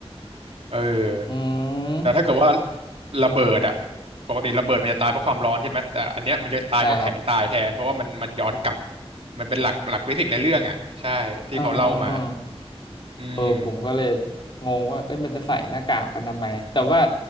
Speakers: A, on the right; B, on the left.
A: เออ
B: อืม
A: แต่ถ้าเกิดว่าระเบิดอ่ะปกติระเบิดมันจะตายเพราะความร้อนใช่ไหมแต่อันเนี้ยมันจะตายเพราะแข็งตายแทนเพราะว่ามันมันย้อนกลับ
B: ใช่ครับ
A: มันเป็นหลักหลักฟิสิกส์ในเรื่องอ่ะใช่ที่เขาเล่ามา
B: เออเออเออ
A: อืม
B: เออผมก็เลยงงว่าเอ้ยมันจะใส่หน้ากากกันทำไมแต่ว่า